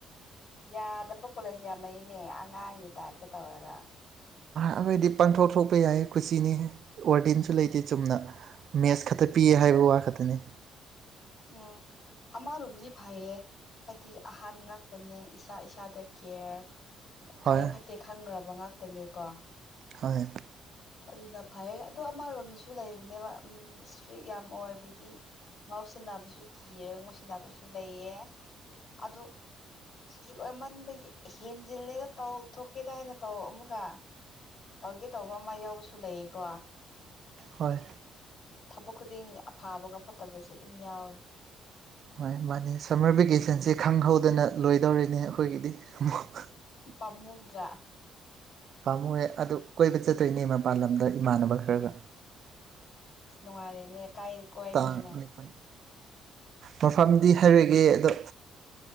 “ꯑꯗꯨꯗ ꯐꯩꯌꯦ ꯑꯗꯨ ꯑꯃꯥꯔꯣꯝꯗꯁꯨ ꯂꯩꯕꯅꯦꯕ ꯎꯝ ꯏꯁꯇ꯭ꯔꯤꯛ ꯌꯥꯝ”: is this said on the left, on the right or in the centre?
Left